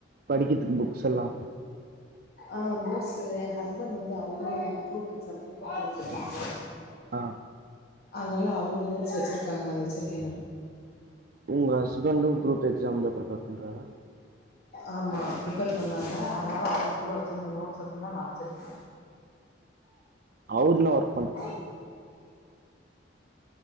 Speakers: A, on the right (about 55°); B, on the left (about 55°).
A: படிக்கிறதுக்கு புக்ஸ் எல்லா
B: ஆ நோட்ஸு ஏ ஹஸ்பண்ட் வந்து அவுங்களு குரூப் எக்ஸாம்கு <unintelligible> பண்ணிட்ருந்தாங்க
A: ஆ
B: அதனால அவுங்க நோட்ஸ் வச்சுருக்காங்க அத வச்சிருக்கே நானு
A: உங்க ஹஸ்பண்டு குரூப் எக்ஸாம்து ப்ரிப்பேர் பண்றாரா
B: ஆமா ப்ரிப்பேர் பண்ணாங்க அதனால அவுங்கக்குள்ள வச்சுருந்த நோட்ஸ ஃபுல்லா நா வச்சுருக்கே
A: அவுர்னா வர்
B: <unintelligible>